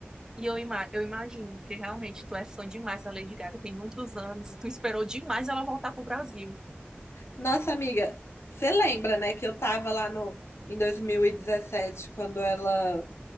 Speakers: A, on the right; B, on the left.
A: E eu, ima eu imagino, porque realmente tu é fã demais da Lady Gaga, tem muitos anos, e tu esperou demais ela voltar pro Brasil.
B: Nossa, amiga, você lembra, né, que eu tava lá no, em 2017, quando ela